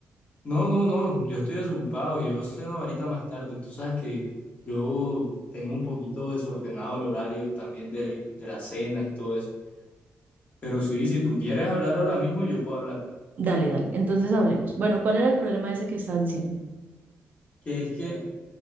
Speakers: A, on the left; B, on the right.
A: No, no, no, yo estoy desocupado, yo ceno ahorita más tarde, tú sabes que yo tengo un poquito desordenado el horario también de, de las cenas y todo eso. Pero sí, si tú quieres hablar ahora mismo, yo puedo hablar.
B: Dale, dale, entonces hablemos. Bueno, ¿cuál era el problema ese que estabas diciendo?
A: Que es que,